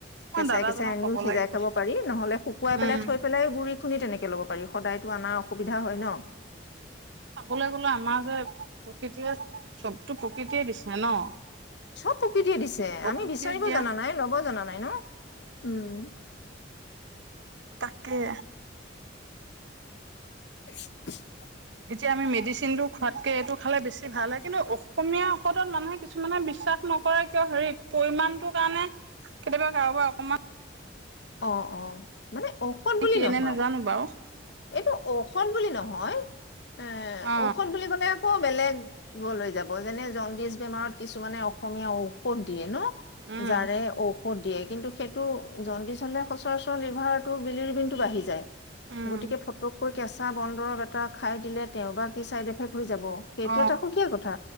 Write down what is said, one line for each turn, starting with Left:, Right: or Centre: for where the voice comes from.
Right: মই
Left: কেঁচাই
Right: দাদাজনক
Left: কেঁচাই আনিও
Right: ক'ব
Left: সিজাই
Right: লাগিব
Left: খাব পাৰি, নহলে শুকুৱাই
Right: উম
Left: পেলাই থৈ পেলাই গুৰি খুন্দি তেনেকে ল'ব পাৰি। সদায়তো অনাৰ অসুবিধা হয় ন?
Right: চাবলৈ গলে আমাৰ যে প্ৰকৃতিয়ে চবতো প্ৰকৃতিয়ে দিছে ন?
Left: চব প্ৰকৃতিয়ে দিছে।
Right: প্ৰকৃতিয়ে
Left: আমি বিচাৰিব
Right: দিয়া
Left: জনা নাই ল'ব জনা নাই ন? উম
Right: তাকে
Left: <unintelligible>
Right: এতিয়া আমি মেডিচিন টো খোৱাতকে এইটো খালে বেছি ভাল হে, কিন্তু অসমীয়া ঔষধত মানুহে কিছুমানে বিশ্বাস নকৰে কিয়, হেৰি পৰিমাণটোৰ কাৰণে কেতিয়াবা কাৰোবাৰ অকণমান
Left: অ' অ' মানে ঔষধ বুলি
Right: কেলে
Left: নহয়
Right: নাজানো বাৰু?
Left: এইটো ঔষধ বুলি নহয় এ
Right: অ
Left: ঔষধ বুলি ক'লে আকৌ বেলেগলৈ যাব। যেনে জণ্ডিচ বেমাৰত কিছুমানে অসমীয়া ঔষধ দিয়ে ন?
Right: উম
Left: জাৰে, ঔ ক'ত দিয়ে? কিন্তু সেইটো জ্ণ্ডিচ হ'লে সচৰাচৰ লিভাৰটো বিলিৰিবিনটো বাঢ়ি যায়।
Right: উম
Left: গতিকে ফটোকৈ কেছ চা বন দৰৱ এটা খাই দিলে তেওঁৰ বা কি চাইড এফেক্ট হৈ যাব। সেইটো
Right: অ
Left: এটা সুকীয়া কথা।